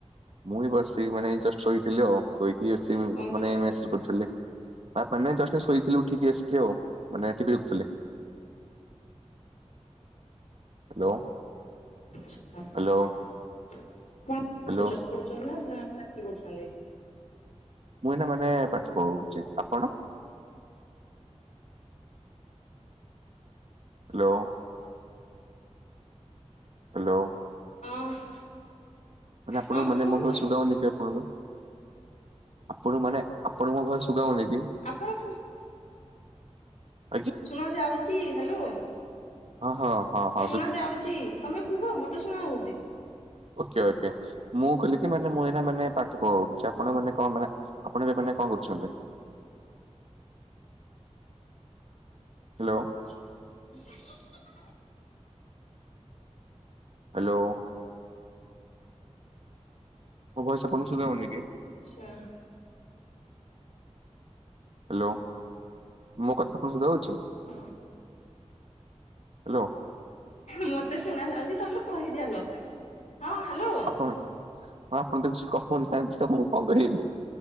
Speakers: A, on the right; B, on the left.
A: ମୁଁ ହଁ ବସ ମାନେ ଜଷ୍ଟ ଶୋଇଥିଲି ଆଉ। ଶୋଇକି ଅଛି
B: କଣ କହିଲେ?
A: ମାନେ ମେସେଜ କରୁଥିଲି। ପା ନାଇଁ ଜଷ୍ଟ ଶୋଇଥିଲି ଉଠିକି ଆସିକି ଆଉ। ମାନେ ଟିଭି ଦେଖୁଥିଲି। ହ୍ୟାଲୋ।
B: <unintelligible>
A: ହ୍ୟାଲୋ ହ୍ୟାଲୋ
B: <unintelligible>
A: ମୁଇଁ ନା ମାନେ ପାଠ ପଢୁଛି। ଆପଣ? ହ୍ୟାଲୋ। ହ୍ୟାଲୋ।
B: ହଁ।
A: ମାନେ ଆପଣଙ୍କୁ
B: ହଁ
A: ମାନେ
B: କୁହନ୍ତୁ।
A: ମୋ କଥା ଶୁଭାହଉନି କି ଆପଣଙ୍କୁ? ଆପଣଙ୍କୁ ମାନେ? ଆପଣଙ୍କ ଭଏସ ଶୁଖାଉନି କି?
B: ଆପଣଙ୍କ ଠୁ
A: ଆଜ୍ଞା
B: ଶୁଣାଯାଉଛି ହ୍ୟାଲୋ।
A: ହଁ ହଁ ହଁଁ।
B: ଶୁଣା ଯାଉଛି ତମେ କୁହ ମତେ ଶୁଣା ହଉଛି।
A: ଓକେ ଓକେ ମୁଁ କହିଲି ମାନେ ମୁଁ ଏୟିନା ମାନେ ପାଠ ପଢୁଛି। ଆପଣଙ୍କ ମାନେ କଣ ମାନେ ଆପଣ ଏବେ ମାନେ କଣ କରୁଛନ୍ତି? ହ୍ୟାଲୋ।
B: <inaudible>
A: ହ୍ୟାଲୋ। ମୋ ଭୟସ ଆପଣଙ୍କୁ ସୁଗା ହଉନି କି?
B: ଆଚଛା।
A: ହ୍ୟାଲୋ ମୋ କଥା ଆପଣ କୁ ସୁଗାଯାଉଛି?
B: ହଁ
A: ହ୍ୟାଲୋ।
B: ମତେ ଶୁଣାଯାଉଛି, ତମେ କହିଚାଲ। ହଁ ହ୍ୟାଲୋ।
A: କଣ ହଁ ଆପଣ ତ କିଛି କହୁନାହାନ୍ତି ତ ମୁଁ କଣ କରିବି?